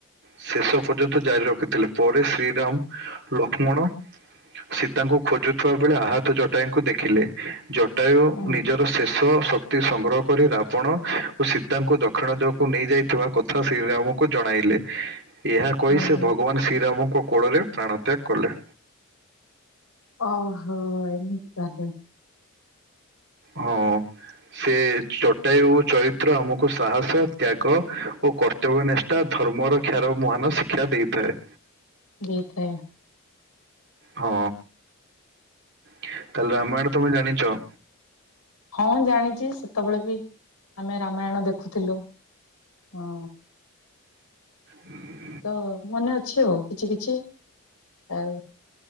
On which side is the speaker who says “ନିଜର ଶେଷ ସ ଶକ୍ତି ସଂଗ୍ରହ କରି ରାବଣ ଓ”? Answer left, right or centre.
Right